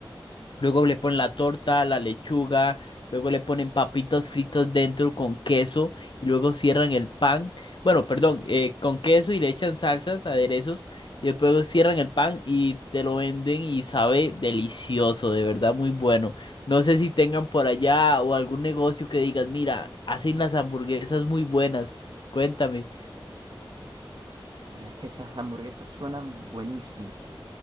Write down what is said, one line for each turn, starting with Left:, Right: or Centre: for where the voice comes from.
Left: Luego le ponen la torta, la lechuga, luego le ponen papitas fritas dentro con queso y luego cierran el pan, bueno, perdón, eh, con queso y le echan salsas, aderezos y después cierran el pan y te lo venden y sabe delicioso, de verdad muy bueno. No sé si tengan por allá o algún negocio que digas, mira, hacen las hamburguesas muy buenas, cuéntame.
Right: La verdad es que esas hamburguesas suenan buenísimas.